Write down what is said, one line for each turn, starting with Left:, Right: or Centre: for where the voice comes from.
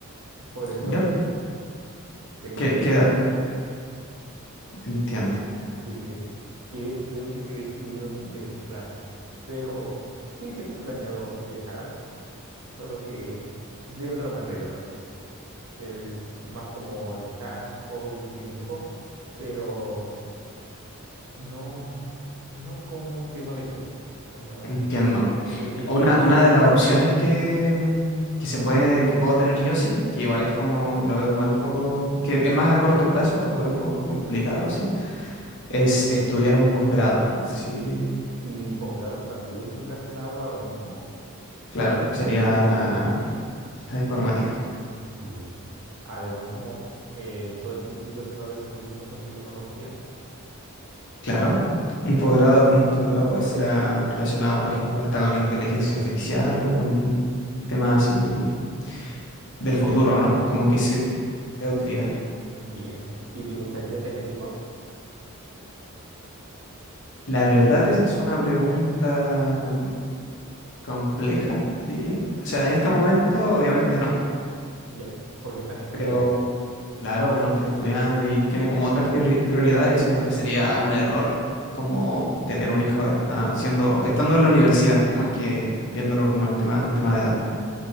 Right: Por eso
Left: Ya,
Right: tengo
Left: que
Right: treinta
Left: queda,
Right: y ocho
Left: entiendo,
Right: Así que, que creo que quedé excluido de de esos planes. Pero sí tengo planeado viajar, solo que de otra manera tal vez. <laughs> Eh, de- más como descanso, hobby, sin hijo. Pero... no, no como un tema de estudio. Al menos
Left: entiendo.
Right: creo que llegué
Left: Una,
Right: en un
Left: una de las opciones que, mm, que se puede, que puedo tener yo sí, que igual es como, lo veo igual un poco, que es más a corto plazo, igual un poco complicado, sí, es estudiar un posgrado. No sé si,
Right: y posgrado también relacionado a lo mismo.
Left: claro, sería la, la informática.
Right: Bien. Además, como eh, todo el futuro se va desarrollando con tecnología,
Left: Claro. Un posgrado, un posgrado puede ser ah, relacionado, por ejemplo, hasta con inteligencia artificial o con temas así del futuro, ¿no? Como que sea de utilidad.
Right: bien. ¿Y te gustaría tener hijos?
Left: La verdad es, es una pregunta compleja, diría. O sea, en este momento, obviamente no,
Right: Ya, porque estás estudiando.
Left: pero claro, uno está estudiando y tiene como otras priori- prioridades y siento que sería un error como tener un hijo est- ah, siendo, estando en la universidad, más que viéndolo como el tema, un tema de edad.